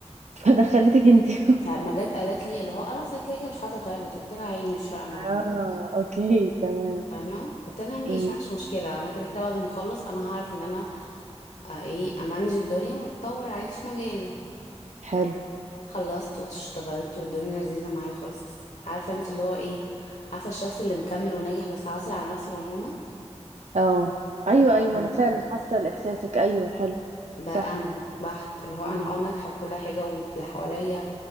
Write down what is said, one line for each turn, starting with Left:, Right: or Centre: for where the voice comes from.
Right: فدخلتك انتي <laughs>
Left: فما جت قالت لي اللي هو انا اصلا كده كده مش حاطة تارجت قلت لها عيني مش فارقة معايا
Right: اه اوكي تمام
Left: فاهمة قلت لها ماشي
Right: امم
Left: معنديش مشكلة انا كده كده بعد ما اخلص انا هعرف ان انا آه، ايه امانج الدنيا واتطور عادي في مجالي
Right: حلو
Left: خلصت واشتغلت والدنيا لذيذة معايا خالص بس عارفة انت اللي هو ايه عارفة الشخص اللي مكمل وناجح بس عاصي على نفسه نمونة
Right: اه ايوه
Left: ده هو
Right: ايوه
Left: انا
Right: ما انا فعلا حاسه لاحساسك ايوه حلو
Left: ده
Right: صح
Left: انا بحت اللي هو انا
Right: مم.
Left: اه ناجحة في كل حاجة واللي حواليا